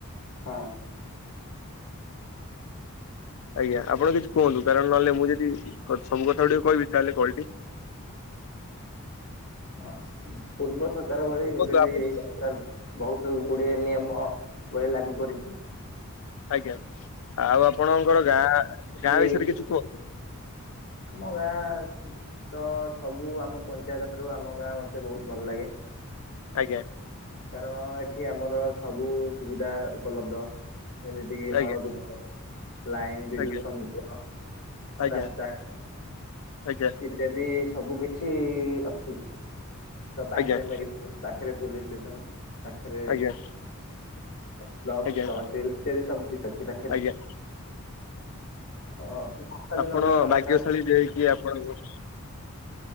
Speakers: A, on the left (about 85°); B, on the left (about 70°).
A: ହଁ।
B: ଆଜ୍ଞା। ଆପଣ କିଛି କୁହନ୍ତୁ, କାରଣ ନହେଲେ ମୁଁ ଯଦି ସବୁ କଥା ଗୁଡେ କହିବି ତାହେଲେ କଲଟି
A: ହଁ, ପୂର୍ବ ସରକାର ଭଳି ଏବେ
B: କୁହନ୍ତୁ
A: ବି
B: ଆପଣ
A: ଏଇ ସରକାର ବହୁତ ଗୁଡ଼ିଏ ନିୟମ ଭଳି ଲାଗୁ କରିଛି।
B: ଆଜ୍ଞା, ଆଉ ଆପଣଙ୍କର ଗାଁ
A: କି
B: -ଗାଁ ବିଷୟରେ କିଛି କୁହନ୍ତୁ?
A: ଆମ ଗାଁ ତ ସବୁ ଆମ ପଞ୍ଚାୟତଠାରୁ ଆମ ଗାଁ ମୋତେ ବହୁତ ଭଲ ଲାଗେ।
B: ଆଜ୍ଞା।।
A: କାରଣ ଏଠି ଆମର ସବୁ ସୁବିଧା ଉପଲବ୍ଧ। ଯେମିତିକି
B: ଆଜ୍ଞା
A: ନଳକୂପ, ଲାଇନ, ବିଦ୍ୟୁତ
B: ଆଜ୍ଞା
A: ସଂଯୋଗ,
B: ଆଜ୍ଞା
A: ରାସ୍ତା
B: ଆଜ୍ଞା।
A: ଯଦି ସବୁ କିଛି ଅଛି ‌। ତ ପାଖରେ
B: ଆଜ୍ଞା
A: ମେଡିକା ପାଖରେ ପୋଲିସ ଷ୍ଟେସନ, ପାଖରେ
B: ଆଜ୍ଞା
A: କ୍ଲବ,
B: ଆଜ୍ଞା
A: ତହସିଲ ଇତ୍ୟାଦି <unintelligible>
B: ଆଜ୍ଞା,
A: ଅ ବର୍ଷା ଦିନ
B: ଆପଣ
A: ପାଇଁ ଅନେକ
B: ଭାଗ୍ୟଶାଳୀ
A: ଗାଁ
B: ଯେକି ଆପଣଙ୍କୁ